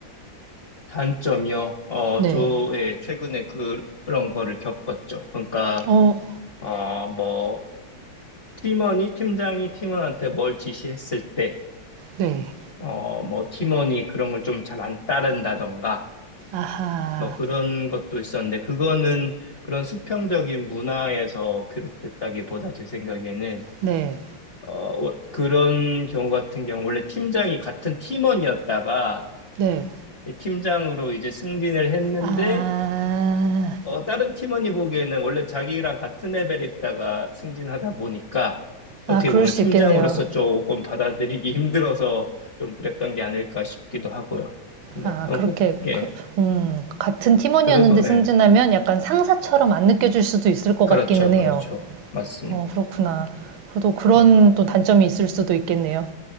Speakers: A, on the left (about 45°); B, on the right (about 80°).
A: 단점이요. 어,
B: 네.
A: 저, 예, 최근에 그- 그런 거를 겪었죠. 그러니까,
B: 어,
A: 어, 뭐, 팀원이, 팀장이 팀원한테 뭘 지시했을 때,
B: 네.
A: 어, 뭐, 팀원이 그런 걸 좀 잘 안 따른다던가,
B: 아하.
A: 뭐 그런 것도 있었는데 그거는 그런 수평적인 문화에서 비롯됐다기보다 제 생각에는
B: 네.
A: 어 워- 그런 경우 같은 경우 원래 팀장이 같은 팀원이었다가
B: 네.
A: 이 팀장으로 이제 승진을 했는데
B: 아.
A: 어 다른 팀원이 보기에는 원래 자기랑 같은 레벨에 있다가 승진하다 보니까 어떻게
B: 아, 그럴
A: 보면
B: 수
A: 팀장으로서
B: 있겠네요.
A: 조금 받아들이기 <laughs> 힘들어서 좀 그랬던 게 아닐까 싶기도 하고요. 네,
B: 아,
A: 그럼
B: 그렇게
A: 꼭, 예,
B: 그, 음, 같은 팀원이었는데
A: 그래도,
B: 승진하면
A: 예,
B: 약간 상사처럼 안 느껴질 수도 있을 것
A: 그렇죠,
B: 같기는
A: 그렇죠.
B: 해요.
A: 맞습니다.
B: 어, 그렇구나. 그래도 그런
A: 네,
B: 또 단점이 있을 수도 있겠네요.